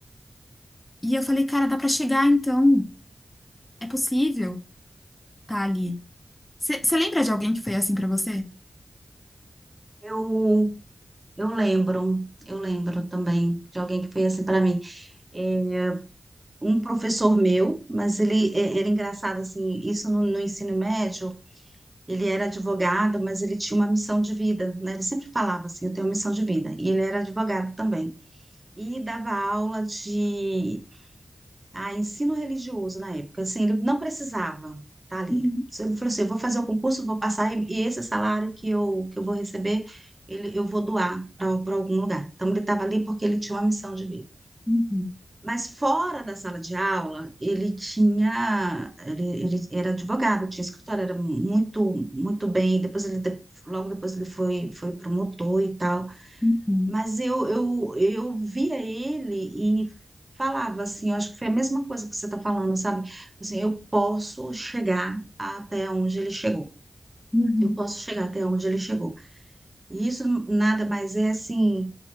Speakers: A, on the left; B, on the right.
A: E eu falei, cara, dá pra chegar então, é possível, tá ali. Você lembra de alguém que foi assim pra você?
B: Eu, eu lembro, eu lembro também de alguém que foi assim para mim. É, um professor meu, mas ele é- era engraçado assim, isso no, no ensino médio. Ele era advogado, mas ele tinha uma missão de vida, né? Ele sempre falava assim, eu tenho uma missão de vida. E ele era advogado também. e dava aula de ah, ensino religioso na época. Assim, ele não precisava estar ali.
A: Uhum,
B: Se Ele falou assim: eu vou fazer o concurso, vou passar, e e esse salário que eu, que eu vou receber, ele, eu vou doar para algum lugar. Então, ele estava ali porque ele tinha uma missão de vida.
A: uhum,
B: Mas fora da sala de aula, ele tinha, ele, ele era advogado, tinha escritório, era muito, muito bem. Depois ele, de- logo depois ele foi, foi promotor e tal.
A: uhum,
B: Mas eu, eu, eu via ele e falava assim, eu acho que foi a mesma coisa que você está falando, sabe? Assim, eu posso chegar até onde ele chegou.
A: uhum.
B: Eu posso chegar até onde ele chegou. E isso nada mais é assim.